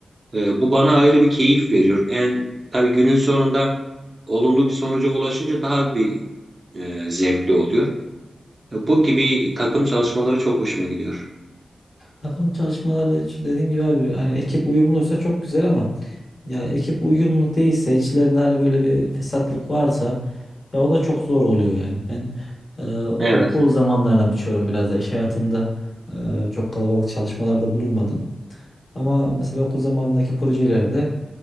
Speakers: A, on the right (about 35°); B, on the left (about 40°).
A: E, bu bana ayrı bir keyif veriyor. En tabii günün sonunda olumlu bir sonuca ulaşınca daha bir e, zevkli oluyor. E, bu gibi takım çalışmaları çok hoşuma gidiyor.
B: Takım çalışmaları şu dediğin gibi abi hani ekip uyumluysa çok güzel ama ya ekip uyumlu değilse içlerinde hani böyle bir fesatlık varsa ya o da çok zor oluyor yani. Ben e, okul
A: Evet.
B: zamanlarına biçiyorum biraz da iş hayatında e, çok kalabalık çalışmalarda bulunmadım. Ama mesela okul zamanındaki projelerde